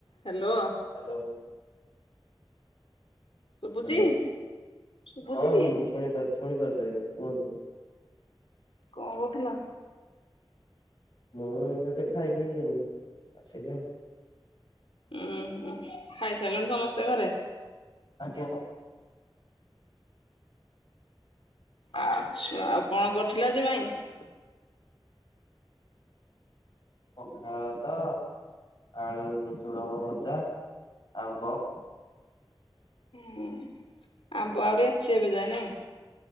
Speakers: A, on the left; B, on the left.
A: Hello.
B: Hello.
A: ଶୁଭୁଚି,
B: hello
A: ଶୁଭୁଛି
B: ହଁ
A: କି?
B: ମୁଁ ଶୁଣିପାରୁ ଶୁଣିପାରୁଚି ଆଜ୍ଞା କୁହନ୍ତୁ।
A: କଣ କରୁଥିଲ?
B: ମୁଁ ଏବେ ଖାଇକି ଆସିଲି ଆଉ।
A: ଉୁଁ-ହୁଁ, ଖାଇସାରିଲଣି ସମସ୍ତେ ଘରେ?
B: ଆଜ୍ଞା।
A: ଆଚ୍ଛା, ଆଉ କଣ କରିଥିଲ ଆଜି <unintelligible>
B: ପଖାଳ ଭାତ, ଆଳୁ ଝୁଡଙ୍ଗ ଭଜା ଆମ୍ୱ
A: ହୁଁ, ଆମ୍ବ ଆହୁରି ଅଛି ଏବେ ଯାଏ ନାଇଁ?